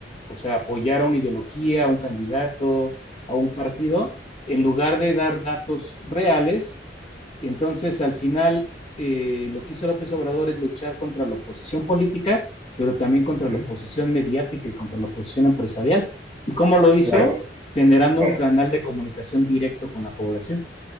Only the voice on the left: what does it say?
o sea, apoyar a una ideología, a un candidato, a un partido, en lugar de dar datos reales y entonces, al final, eh, lo que hizo López Obrador es luchar contra la oposición política, pero también contra
la oposición mediática y contra la oposición empresarial. ¿Y cómo lo hizo?
Generando
un canal de comunicación directo con la población.